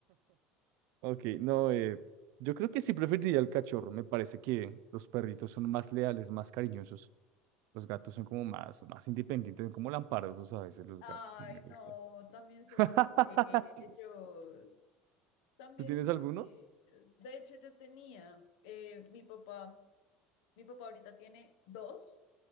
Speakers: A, on the right; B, on the left.
A: Ok, no, eh, yo creo que sí preferiría el cachorro. Me parece que los perritos son más leales, más cariñosos. Los gatos son como más, más independientes, son como lamparosos a veces los
B: ay,
A: gatos. No me gustan.
B: no, también son
A: <laughs>
B: ellos. También
A: ¿Tú tienes
B: son
A: alguno?
B: ellos. De hecho, yo tenía, eh, mi papá, mi papá ahorita tiene dos.